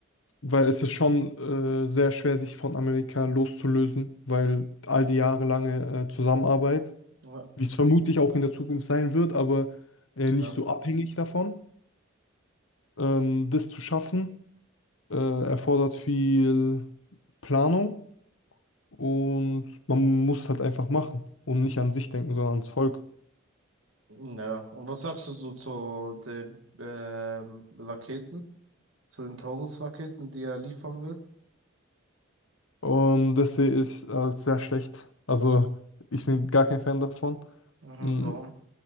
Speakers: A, on the left; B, on the right.
A: Weil es ist schon äh, sehr schwer, sich von Amerika loszulösen, weil all die jahrelange äh, Zusammenarbeit,
B: Ja.
A: wie es vermutlich auch in der Zukunft sein wird, aber äh,
B: Ja.
A: nicht
B: Ja.
A: so abhängig davon, ähm, das zu schaffen, äh, erfordert viel Planung und man muss halt einfach machen und nicht an sich denken, sondern ans Volk.
B: ja. Und was sagst du so zu den ähm, Raketen, zu den Taurus-Raketen, die er liefern will?
A: Und das sehe ich als sehr schlecht. Also ich bin gar kein Fan davon.
B: Mhm,
A: Mm,
B: warum?